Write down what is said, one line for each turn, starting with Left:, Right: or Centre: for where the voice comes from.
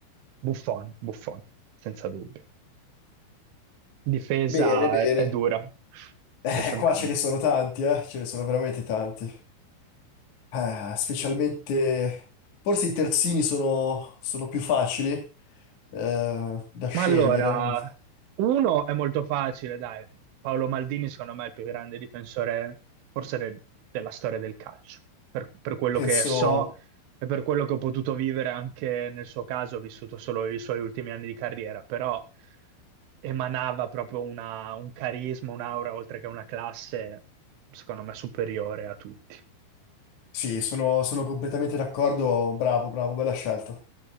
Right: Buffon, Buffon, senza dubbio. Difesa
Left: Bene, bene.
Right: è, è dura,
Left: Eh,
Right: ce ne sono
Left: qua
Right: tante.
Left: ce ne sono tanti, eh? Ce ne sono veramente tanti. Eh, specialmente... Forse i terzini sono, sono più facili eh, da scegliere.
Right: Ma allora,
Left: Mi-
Right: uno è molto facile, dai. Paolo Maldini, secondo me, è il più grande difensore, forse de- della storia del calcio, per, per quello
Left: Penso...
Right: che so e per quello che ho potuto vivere anche nel suo caso, ho vissuto solo i suoi ultimi anni di carriera, però emanava proprio una- un carisma, un'aura, oltre che una classe, secondo me, superiore a tutti.
Left: Sì, sono, sono completamente d'accordo. Bravo, bravo, bella scelta.